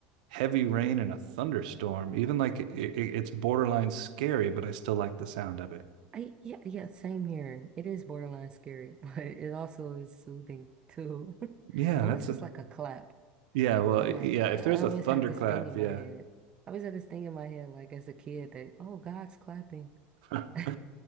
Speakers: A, on the right; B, on the right.
A: heavy rain in a thunderstorm. Even like it, it, it's borderline scary, but I still like the sound of it.
B: I yeah, yeah, same here. It is borderline scary, <laughs> but it also is soothing too. <laughs>
A: Yeah,
B: Unless
A: that's
B: it's
A: a
B: like a clap.
A: yeah, well,
B: I'm
A: yeah,
B: like, I
A: if there's
B: always
A: a thunderclap,
B: had this thing in
A: yeah.
B: my head. I always had this thing in my head, like as a kid, that, oh, God's clapping.
A: <laughs>
B: <laughs>